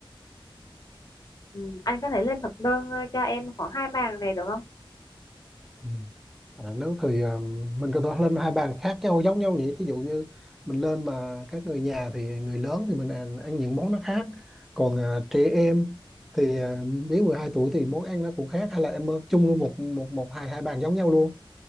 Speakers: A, on the left (about 40°); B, in the centre.
A: ừ, anh có thể lên thực đơn à, cho em khoảng hai bàn này được không
B: ừ. À, nếu thì à, mình có thể lên hai bàn khác nhau giống nhau nhỉ ví dụ như mình lên mà các người nhà thì người lớn thì mình ăn, ăn những món nó khác còn à, trẻ em thì à, dưới 12 tuổi thì món ăn nó cũng khác hay là em ờ, chung luôn một một một hai hai bàn giống nhau luôn